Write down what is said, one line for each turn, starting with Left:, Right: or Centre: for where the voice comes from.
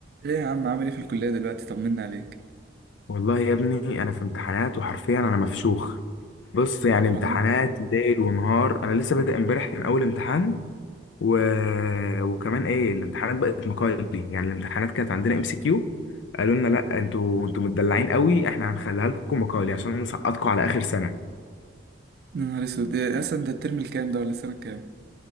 Right: ايه يا عم عامل ايه في الكلية دلوقتي طمنا عليك
Left: والله يا ابني انا في امتحانات وحرفيا انا مفشوخ بص يعني
Right: والله
Left: امتحانات ليل ونهار انا لسه بادئ امبارح كان اول امتحان و... وكمان ايه الامتحانات بقت مقالي يعني الامتحانات كانت عندنا ام سي كيو قالوا لنا لا انتوا انتوا متدلعين قوي احنا هنخليها لكم مقالي عشان نسقطكم على اخر سنة
Right: يا نهار اسود إيه اصلا ده الترم الكام ده ولا السنة الكام